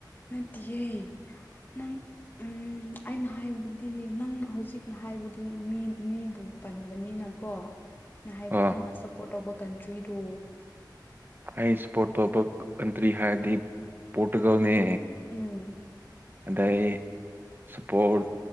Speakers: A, on the left; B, on the right.
A: ꯅ ꯊꯪ ꯎꯝ ꯑꯩꯅ ꯍꯥꯏꯕꯗꯤ ꯅꯪ ꯍꯧꯖꯤꯛꯅ ꯍꯥꯏꯕꯗꯤ ꯃꯤ ꯃꯤꯕꯨ ꯄꯟꯕꯅꯤꯅꯀꯣ ꯅ ꯍꯥꯏꯕꯅ
B: ꯑꯣ
A: ꯅ ꯁꯄꯣꯔꯠ ꯇꯧꯕ ꯀꯟꯇ꯭ꯔꯤꯗꯨ
B: ꯑ ꯁꯄꯣꯔꯣꯕ ꯀꯟꯇ꯭ꯔꯤ ꯍꯥꯏꯔꯗꯤ ꯄꯣꯔꯇꯨꯒꯜꯅꯦ
A: ꯎꯝ
B: ꯑꯗꯩ ꯁꯄꯣꯔꯠ